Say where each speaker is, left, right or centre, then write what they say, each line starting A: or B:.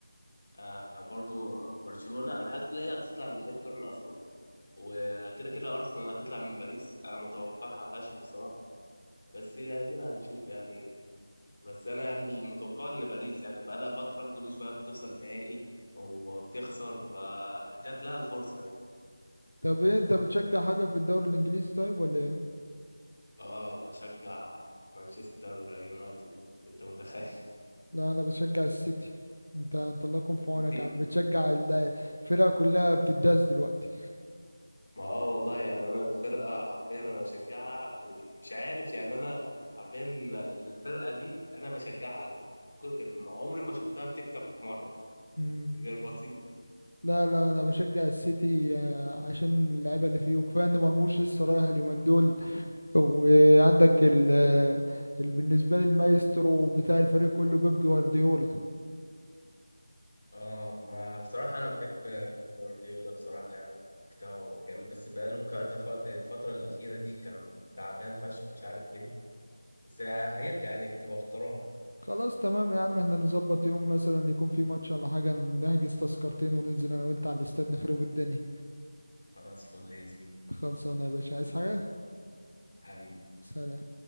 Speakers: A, on the left (about 50°); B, on the left (about 85°).
A: آه، برضو برشلونة أنا حاسس إن هي هتطلع من الإنتر أصلا وكده كده أرسنال هتطلع من باريس أنا متوقعها فشخ بصراحة بس ادينا هنشوف يعني بس انا يعني المتوقع ان باريس يعني بقى لها فتره كل شويه بتوصل نهائي وبتخسر فجات لها الفرصه اهي
B: طب ايه انت بتشجع حاجة في الدوري الانجليزي طيب ولا ايه
A: اه بشجع مانشستر يونايتد انت متخيل
B: لا انا بشجع السيتي انت انت الله يكون
A: <laughs>
B: في عونك
A: سيتي
B: يا عم بتشجع ال- الفرق كلها بتداس دلوقتي
A: ما اه والله يعني انا الفرقه حرفيا انا بشجعها مش عارف يعني انا حرفيا الفرقه دي انا بشجعها ليه كل- عمري ما شفتها بتكسب في مره
B: مم.
A: غير بسيط
B: لا لا انا بشجع السيتي آه، عشان اللعيبه اللي فيه وكفايه ان مرموش لسه رايح اليومين دول وعندك ال آه، ال- بالنسبه لي المايسترو بتاع الفريق كله بيب جوارديولا
A: اه ما بصراحة أنا بحب بيب جوارديولا بصراحة يعني التكتيك بتاعه جامد بس بقاله كذا ف- الفترة الأخيرة دي كان تعبان فشخ مش عارف ليه بس هيرجع يعني بتبقى فترات
B: خلاص تمام يا عم احنا نظبط يوم مثلا يكون في ماتش ولا حاجه نحجز تذكرتين وننزل انا وانت على الاستاد نخرب الدنيا
A: خلاص فل يا زميلي
B: خلصانه يا باشا عايز حاجه
A: حبيبي
B: سلام